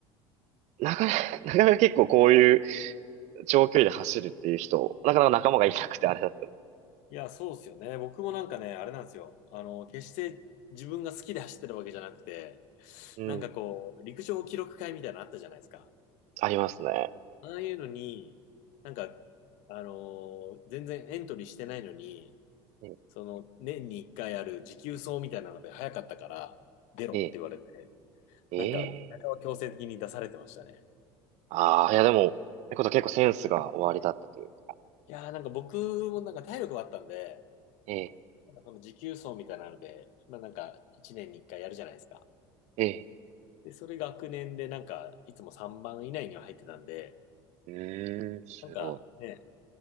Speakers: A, on the right; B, on the left.
A: なかなか、なかなか結構こういう長距離で走るっていう人、なかなか仲間がいなくてあれだった。
B: いや、そうですよね。僕もなんかね、あれなんですよ。あの、決して自分が好きで走ってるわけじゃなくて、
A: うん。
B: なんかこう、陸上記録会みたいなのあったじゃないですか。
A: ありますね。
B: ああいうのに、なんか、あのー全然エントリーしてないのに、
A: うん
B: その、年に一回ある持久走みたいなので早かったから、出ろって言われて、
A: ええ、ええ、
B: なんか、強制的に出されてましたね。
A: ああ、いやでも、ってことは結構センスが終わりだったというか。
B: いやーなんか僕もなんか体力はあったんで、
A: ええ、
B: なんかこの持久走みたいなので、まあなんか、一年に一回やるじゃないですか。
A: ええ、
B: で、それ学年でなんか、いつも3番以内には入ってたんで、
A: うーん、すご
B: なんかね、